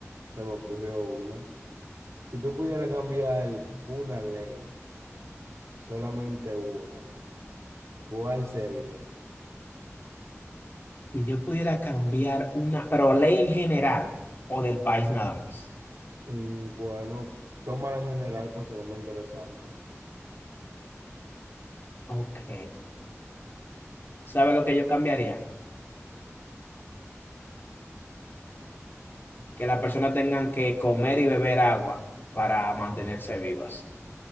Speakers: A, on the right; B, on the left.
A: se me ocurrió una. Si tú pudieras cambiar una ley. Solamente una. ¿Cuál sería?
B: si yo pudiera cambiar una, pero ley en general o del país nada más.
A: Mm, bueno, tómala en general para hacerlo más interesante.
B: Ok. sabe lo que yo cambiaría? Que las personas tengan que comer y beber agua para mantenerse vivas.